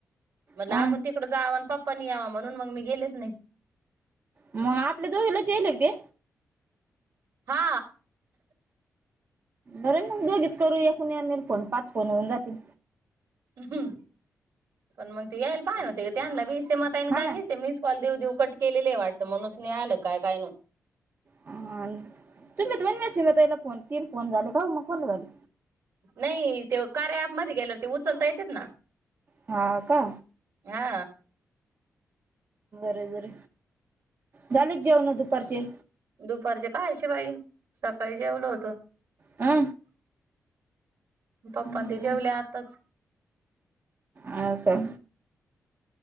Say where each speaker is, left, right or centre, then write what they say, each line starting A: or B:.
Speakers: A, on the right (about 75°); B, on the right (about 40°).
A: म्हणलं
B: अ
A: आपण तिकडं जाव आणि पप् पप्पानी याव म्हणून मी गेलेच नाय.
B: मग आपल्या दोघालाच येईला का ते
A: हा
B: बरय मग दोघीच करूया कोणी येईन कोन पाच फोन होऊन जातील.
A: हम्म पण मग ते यायला पाहिल त्यांला बे सिमाताई न
B: हा
A: काय
B: ना
A: निसते मिस कॅल देऊ, देऊ कट केलेलय वाटत म्हणूनच नाय आलं काय काय नु
B: हा तुम्ही म्हणले शिला ताईला फोन तीन फोन झाले का मग काउन नाइ झाले?
A: नाइ ते कार्या ऍप मध्ये गेल्यावर ते उचलता येतेत ना
B: हा का
A: हा
B: बरोबर झालिक जेवण दुपारचे?
A: दुपारचे कायशी बाई सकाळी जेवलो होतो.
B: अ
A: पप्पान
B: बर
A: ते जेवले आताच.
B: अ का